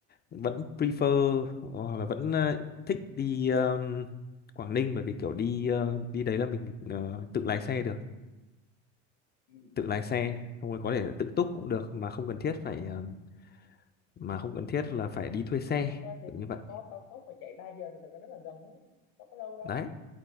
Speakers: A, on the left; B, on the left.
A: vẫn prefer hoặc là vẫn ờ, thích đi ừm, Quảng Ninh bởi vì kiểu đi ờ, đi đấy là mình ờ, tự lái xe được
B: ừ, ừ.
A: tự lái xe xong rồi có thể là tự túc cũng được mà không cần thiết phải ừm, mà không cần thiết là phải đi thuê xe
B: thật ra thì
A: kiểu như vậy
B: có cao tốc mà chạy 3 giờ thì thật ra rất là gần hết đâu có lâu đâu
A: đấy